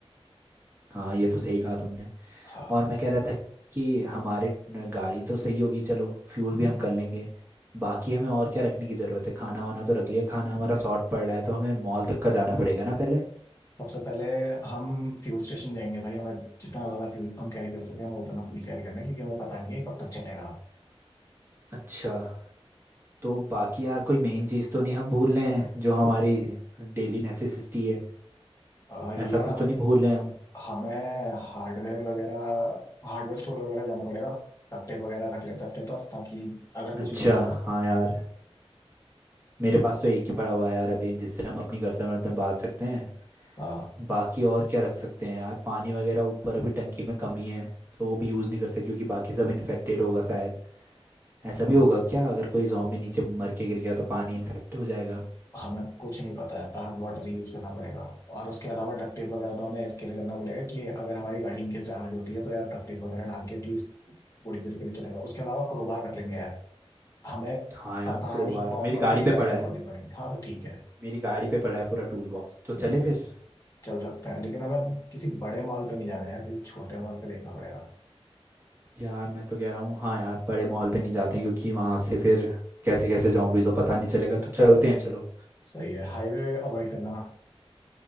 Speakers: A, on the right; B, on the left.
A: हाँ ये तो सही कहा तुमने
B: हाँ
A: और मैं कह रहा था कि हमारे न- गाड़ी तो सही होगी चलो फ्यूल
B: हम्म,
A: भी हम कर लेंगे बाकी हमें और क्या रखने की ज़रूरत है खाना वाना तो रख लिया खाना हमारा शॉर्ट पड़ रहा है तो हमें मॉल तक का जाना पड़ेगा ना पहले
B: सबसे पहले हम फ्यूल स्टेशन जाएंगे भाई हमें जितना ज्यादा फ्यूल हम कैरी कर सके हम उतना फ्यूल कैरी करना है, क्योंकि हमें पता नहीं है कब तक चलेगा
A: अच्छा तो बाकी यार कोई मेन चीज़ तो नहीं हम भूल रहे हैं जो हमारी डेली नेसेसिटी है
B: और यार
A: ऐसा कुछ तो नहीं भूल रहे हैं हम
B: हमें हार्डवेयर वगैरह हार्डवेयर स्टोर वगैरह जाना पड़ेगा डक्ट टेप वगैरह रख लेते हैं अपने पास ताकि अगर
A: अच्छा
B: कुछ नेसेसरी
A: हाँ यार मेरे पास तो एक ही पड़ा हुआ है यार अभी जिससे हम अपनी गर्दन वर्दन बांध सकते हैं
B: हाँ
A: बाकी और क्या रख सकते हैं यार पानी वगैरह ऊपर अभी टंकी में कमी है तो वो भी यूज़ नहीं करते क्योंकि बाकी सब इन्फेक्टेड होगा शायद ऐसा भी होगा क्या अगर कोई जॉम्बी नीचे मर के गिर गया तो पानी इन्फेक्ट हो जाएगा
B: हमें कुछ नहीं पता है पैक वाटर यूज करना पड़ेगा और उसके अलावा डक्ट टेप वगैरह तो हमें इसके लिए करना पड़ेगा कि अगर हमारी गाड़ी इनकेस डैमेज होती है तो यार डक्ट टेप वगैरह डाल के एटलीस्ट थोड़ी देर के लिए चलेगा उसके अलावा क्रोबार रख लेंगे यार हमें
A: हाँ यार
B: पता
A: क्रोबार
B: नहीं कौन
A: मेरी गाड़ी
B: कौन सी
A: पे
B: गाड़ियां
A: पड़ा है
B: खोलनी पड़ेंगी हाँ तो ठीक है
A: मेरी गाड़ी पे पड़ा है पूरा टूल बॉक्स तो
B: हम्म,
A: चले फिर
B: चल सकता है लेकिन हमें किसी बड़े मॉल पे नहीं जाना है यार किसी छोटे मॉल पे देखना पड़ेगा
A: यार मैं तो कह रहा हूँ हाँ यार बड़े मॉल पे नहीं जाते हैं, क्योंकि वहाँ से फिर कैसे कैसे जॉम्बीज़ हो पता नहीं चलेगा तो चलते हैं चलो
B: सही है हाईवे अवॉइड करना